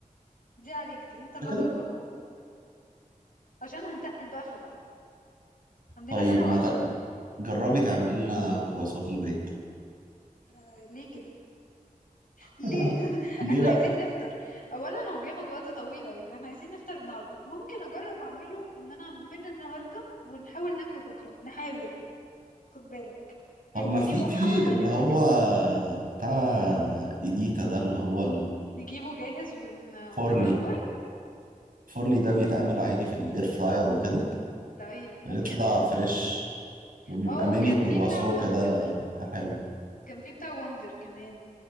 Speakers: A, on the left; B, on the right.
A: دي عليك دي انت
B: بس
A: اللي
B: كده
A: هتطلبهم عشان هنتقل بقى في الغدا عندنا
B: طيب
A: غدا وعشاء
B: ما تق- جربي تعملي لنا كرواسون في البيت
A: آه، ليه كده ليه
B: <laughs>
A: <laughs>
B: ليه
A: احنا
B: لا
A: عايزين نفطر اولا هو بياخد وقت طويل قوي فاحنا عايزين نفطر النهارده ممكن اجرب اعمله ان انا من النهارده ونحاول ناكله بكره نحاول خد بالك
B: طب
A: هيبقى
B: ما
A: في
B: في
A: محاولة
B: في اللي
A: للاكل
B: هو بتاع ايديتا ده اللي هو
A: نجيبه جاهز ون... وندخله
B: الفرني
A: الفرن
B: الفرني ده بيتعمل عادي في الاير فراير وكده
A: طيب ممكن
B: بيطلع
A: عامة
B: فريش وبيبقى
A: اه
B: ميني
A: وكان
B: كرواسو
A: في بتاع وندر
B: كده بيبقى حلو
A: كان في بتاع وندر كمان